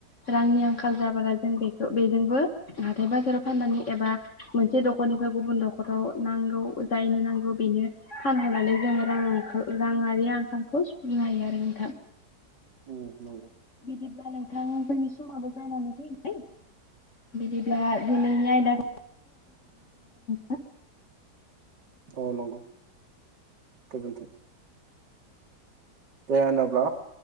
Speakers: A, on the left; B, on the right.
A: रांनि आंखाल जाबला जों बेखौ बेजोंबो हाथाय बाजाराव फाननानै एबा मोनसे दखरनिफ्राय गुबुन दखराव नांगौ जायैनो नांगौ बेनो फानहरनानै जोङो रां -राङारि आंखालखौ सुफुंनो हायो आरो नोंथां।
B: उम नंगौ।
A: बिदिब्ला नोंथां जोंनि समाबो जानानै फैबाय बिदिब्ला दिनै <unintelligible>
B: औ नंगौ गोजोनथों। दे होनोब्ला